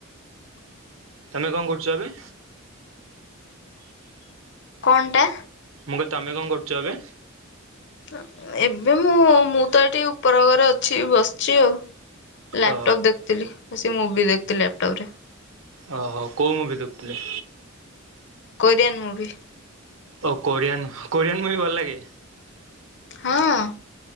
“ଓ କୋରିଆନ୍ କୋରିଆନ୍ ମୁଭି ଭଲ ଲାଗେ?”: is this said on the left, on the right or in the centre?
Right